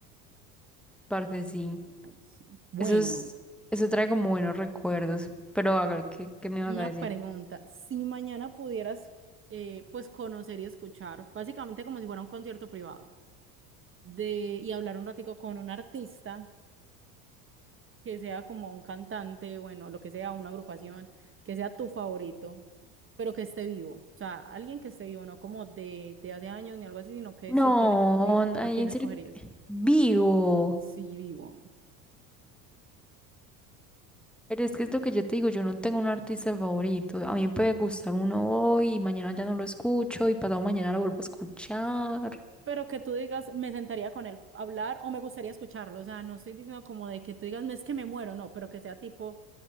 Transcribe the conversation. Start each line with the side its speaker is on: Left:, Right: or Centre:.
Centre: parte sí.
Right: Ay, sí. Bueno,
Centre: Eso es, eso trae como buenos recuerdos. Pero haga, ¿qué, qué me vas
Right: una
Centre: a decir?
Right: pregunta, si mañana pudieras, eh, pues, conocer y escuchar, básicamente como si fuera un concierto privado, de, y hablar un ratico con un artista, que sea como un cantante, bueno, lo que sea, una agrupación, que sea tu favorito, pero que esté vivo. O sea, alguien que esté vivo, no como de, de hace años ni algo así, sino que
Centre: No,
Right: sí tiene que ser vivo. ¿A
Centre: ahí
Right: quién
Centre: en
Right: escogerías?
Centre: serio, vivo.
Right: Sí, vivo.
Centre: Pero es que es lo que yo te digo, yo no tengo un artista favorito. A mí me puede gustar uno hoy y mañana ya no lo escucho y pasado mañana lo vuelvo a escuchar.
Right: Pero que tú digas, me sentaría con él a hablar o me gustaría escucharlo. O sea, no estoy diciendo como de que tú digas, no es que me muero, no, pero que sea tipo